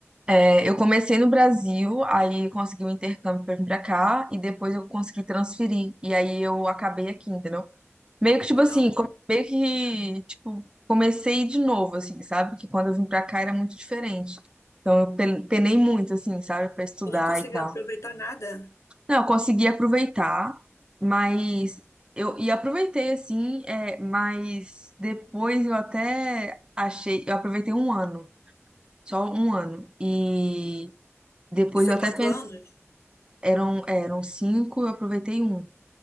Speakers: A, on the right; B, on the left.
A: É, eu comecei no Brasil, aí consegui o intercâmbio pra vir pra cá, e depois eu consegui transferir. E aí eu acabei aqui, entendeu? Meio que, tipo
B: Nossa,
A: assim, come- meio que, tipo, comecei de novo, assim, sabe? Que quando eu vim pra cá era muito diferente. Então eu pe- penei muito, assim, sabe? Pra estudar
B: tu não conseguiu
A: e tal.
B: aproveitar nada?
A: Não, eu consegui aproveitar, mas eu e aproveitei assim, é, mas depois eu até achei, eu aproveitei um ano, só um ano. E depois
B: E foi
A: eu até
B: quatro
A: pensei,
B: anos?
A: eram, eram cinco, eu aproveitei um.